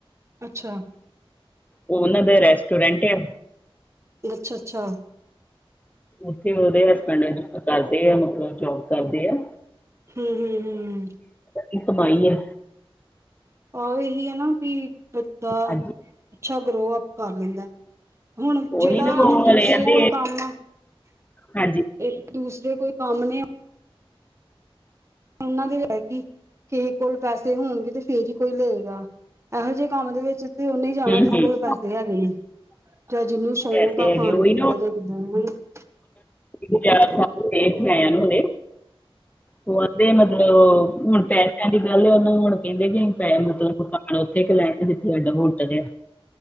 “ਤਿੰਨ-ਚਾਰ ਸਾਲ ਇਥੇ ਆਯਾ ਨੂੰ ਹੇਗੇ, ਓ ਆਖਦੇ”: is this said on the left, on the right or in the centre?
Left